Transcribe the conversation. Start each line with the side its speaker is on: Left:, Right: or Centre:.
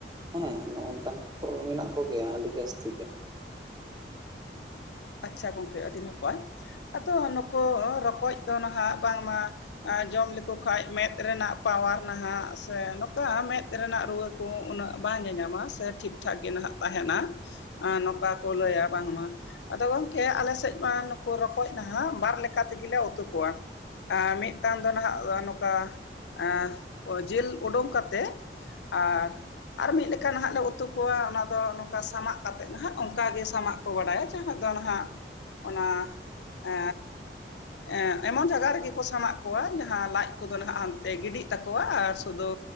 Right: ᱦᱮᱸ ᱱᱚᱜ ᱱᱚᱝᱠᱟᱱ ᱠᱚ ᱢᱮᱱᱟᱜ ᱠᱚᱜᱮᱭᱟ ᱟᱹᱰᱤ ᱡᱟᱹᱥᱛᱤ ᱜᱮ
Left: ᱟᱪᱪᱷᱟ ᱜᱚᱝᱠᱮ ᱟᱹᱰᱤ ᱱᱟᱯᱟᱭ ᱟᱫᱚ ᱱᱩᱠᱩ ᱨᱚᱠᱚᱡ ᱫᱚ ᱱᱟᱦᱟᱜ ᱵᱟᱝᱢᱟ ᱡᱚᱢ ᱞᱮᱠᱚ ᱠᱷᱟᱱ ᱢᱮᱫ ᱨᱮᱱᱟᱜ ᱯᱟᱣᱟᱨ ᱱᱟᱦᱟᱜ ᱥᱮ ᱱᱚᱝᱠᱟ ᱢᱮᱸᱫ ᱨᱮᱱᱟᱜ ᱨᱩᱣᱟᱹ ᱠᱚ ᱩᱱᱟᱹᱜ ᱵᱟᱝ ᱧᱟᱧᱟᱢᱟ ᱥᱮ ᱴᱷᱤᱠ ᱴᱷᱟᱠ ᱜᱮ ᱱᱟᱦᱟᱜ ᱛᱟᱦᱮᱱᱟ ᱟ ᱱᱚᱠᱟ ᱠᱚ ᱞᱟᱹᱭᱟ ᱵᱟᱝᱢᱟ ᱟᱫᱚ ᱜᱚᱢᱠᱮ ᱟᱞᱮ ᱥᱮᱫ ᱢᱟ ᱱᱩᱠᱩ ᱨᱚᱠᱚᱡ ᱱᱟᱦᱟᱜ ᱵᱟᱨ ᱞᱮᱠᱟ ᱛᱮᱜᱮᱞᱮ ᱩᱛᱩ ᱠᱚᱣᱟ ᱮ ᱢᱤᱫᱴᱟᱝ ᱫᱚ ᱱᱟᱦᱟᱜ ᱱᱚᱝᱠᱟ ᱮ ᱡᱤᱞ ᱩᱰᱩᱝ ᱠᱟᱛᱮᱜ ᱟᱨ ᱟᱨ ᱢᱤᱫ ᱞᱮᱠᱟ ᱱᱟᱦᱟᱜ ᱞᱮ ᱩᱛᱩ ᱠᱚᱣᱟ ᱚᱱᱟ ᱫᱚ ᱱᱚᱝᱠᱟ ᱥᱟᱢᱟᱜ ᱠᱟᱛᱮᱜ ᱱᱟᱦᱟᱜ ᱚᱱᱠᱟ ᱜᱮ ᱥᱟᱢᱟᱜ ᱠᱚ ᱵᱟᱰᱟᱭᱟ ᱫᱚ ᱱᱟᱦᱟᱜ ᱚᱱᱟ ᱮ ᱮ ᱮᱢᱚᱱ ᱡᱟᱭᱜᱟ ᱨᱮᱜᱮ ᱠᱚ ᱥᱟᱢᱟᱜ ᱠᱚᱣᱟ ᱡᱟᱦᱟᱸ ᱞᱟᱡ ᱠᱚᱫᱚ ᱱᱟᱦᱟᱜ ᱦᱟᱱᱛᱮ ᱜᱤᱰᱤᱜ ᱛᱟᱠᱚᱣᱟ ᱟᱨ ᱥᱩᱫᱷᱩ